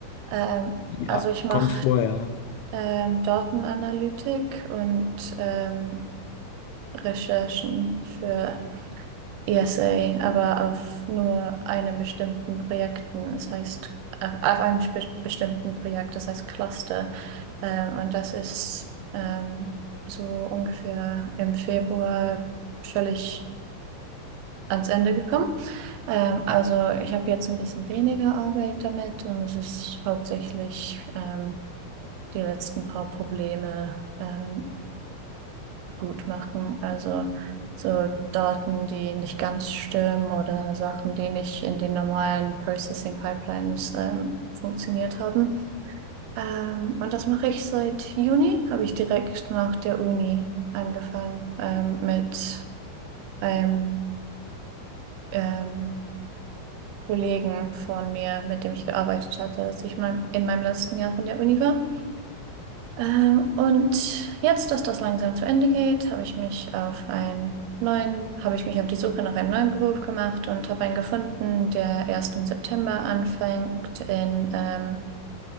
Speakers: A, on the right; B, on the left.
A: Ähm,
B: Ja,
A: also ich mache
B: kommt vorher.
A: ähm, Datenanalytik und ähm, Recherchen für ESA, aber auf nur einem bestimmten Projekten. Das heißt, auf auf einem spe- bestimmten Projekt, das heißt Cluster. Ähm, und das ist ähm, so ungefähr im Februar völlig ans Ende gekommen. Ähm, also ich habe jetzt ein bisschen weniger Arbeit damit und es ist hauptsächlich ähm, die letzten paar Probleme. Ähm, gut machen. Also so Daten, die nicht ganz stimmen oder Sachen, die nicht in den normalen Processing Pipelines ähm, funktioniert haben. Ähm, und das mache ich seit Juni, habe ich direkt nach der Uni angefangen ähm, mit einem ähm, Kollegen von mir, mit dem ich gearbeitet hatte, als ich mein, in meinem letzten Jahr von der Uni war. Ähm, und jetzt, dass das langsam zu Ende geht, habe ich mich auf einen neuen, habe ich mich auf die Suche nach einem neuen Beruf gemacht und habe einen gefunden, der erst im September anfängt in ähm,